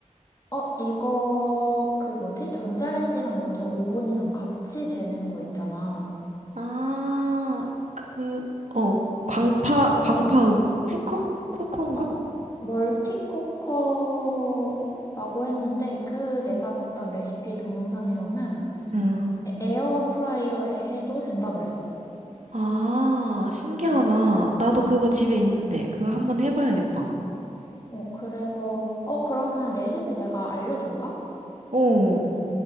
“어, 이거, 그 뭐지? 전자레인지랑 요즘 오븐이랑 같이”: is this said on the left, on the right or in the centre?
Left